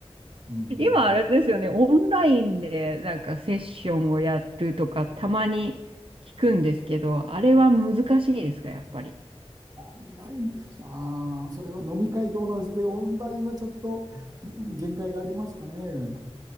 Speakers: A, on the right; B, on the right.
A: うん。
B: 今あれですよね、オンラインでなんかセッションをやるとかたまに聞くんですけど、あれは難しいですか、やっぱり。
A: オンラインですよ。ああー、それは飲み会と同じで、オンラインはちょっとうん限界がありますかね。